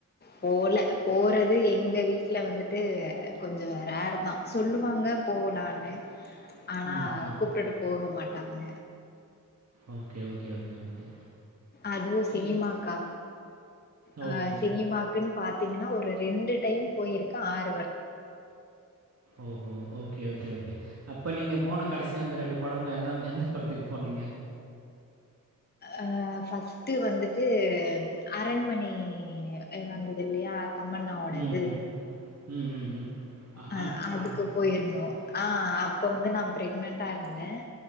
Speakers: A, on the left; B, on the right.
A: போல போறது எங்கள் வீட்டில் வந்துட்டு கொஞ்சம் ரேர் தான் சொல்லுவாங்க போலான்னு ஆனா
B: ம், ம்.
A: கூப்பிட்டுட்டு போக மாட்டாங்க
B: ஓகே ஓகே ஓகே ஓகே
A: அதுவும் சினிமாக்கா
B: ஓகே.
A: அ
B: ஓகே.
A: சினிமாக்குன் பார்த்தீங்கன்னா ஒரு ரெண்டு டைம் போயிருக்கே ஆறு
B: ஓஹோ ஓகே ஓகே ஓகே அப்ப நீங்க போன கடைசியா அந்த ரெண்டு படங்களும் என்ன எந்த படத்துக்கு போனீங்க
A: அ ஃபஸ்ட்டு வந்துட்டு அரண்மனை வந்தது இல்லையா தம்மண்ணாவோடது
B: ம், ம். ம் ம் ம்
A: அ
B: அன்
A: அதுக்கு
B: அர
A: போயிருந்தோ
B: ம்.
A: ஆ அப்போ வந்து நான் ப்ரெக்னன்டா இருந்தேன்